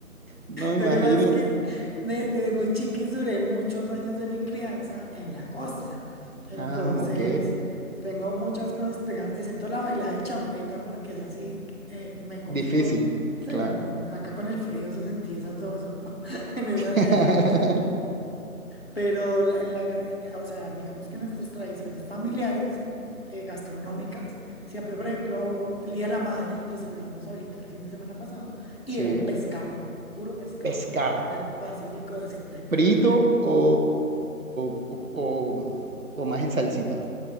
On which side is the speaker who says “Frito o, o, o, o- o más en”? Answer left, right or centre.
Right